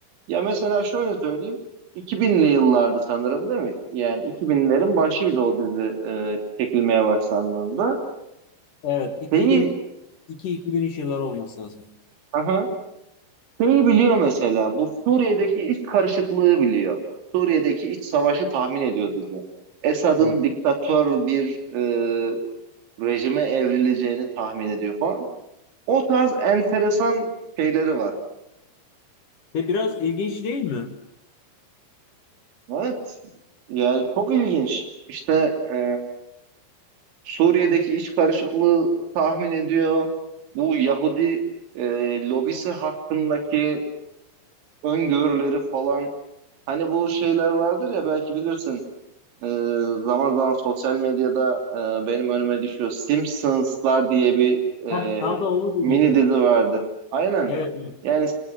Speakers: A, on the right; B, on the left.
A: Ya mesela şöyle söyleyeyim. 2000'li yıllardı sanırım değil mi? Yani 2000'lerin başıydı o dizi e, çekilmeye başlandığında.
B: Evet. 2002-2003
A: Şeyi
B: yılları olması lazım.
A: aha, Şeyi biliyor mesela bu Suriye'deki iç karışıklığı biliyor. Suriye'deki iç savaşı tahmin ediyor dizi. Esad'ın
B: Hı hı.
A: diktatör bir e, rejime evrileceğini tahmin ediyor falan. O tarz enteresan şeyleri var.
B: Ve biraz ilginç değil mi?
A: Evet yani çok ilginç. İşte e, Suriye'deki iç karışıklığı tahmin ediyor. Bu Yahudi e, lobisi hakkındaki öngörüleri falan. Hani bu şeyler vardır ya belki bilirsin. Ee, zaman zaman sosyal medyada e, benim önüme düşüyor. Simpsonslar diye bir e,
B: Heh, tam da onu
A: mini
B: diyecektim.
A: dizi vardı. Aynen.
B: Evet, evet.
A: Yani